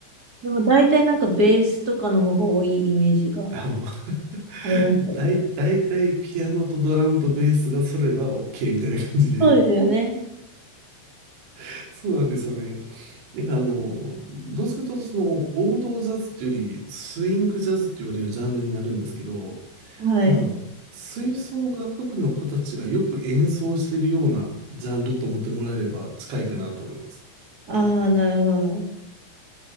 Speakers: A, on the right (about 25°); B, on the right (about 65°).
A: でも大体なんかベースとかの方が多いイメージが
B: あの <laughs>
A: ありますよね。
B: だい、だいたいピアノとドラムとベースが揃えば OK みたいな感じで。
A: そうですよね。
B: <laughs> そうなんですよね。なんかあの、どっちかというとその王道ジャズっていうよりスイングジャズって言われるジャンルになるんですけど、
A: はい。
B: まああの、吹奏楽部の子たちがよく演奏してるようなジャンルと思ってもらえれば近いかなと思います。
A: ああ、なるほど。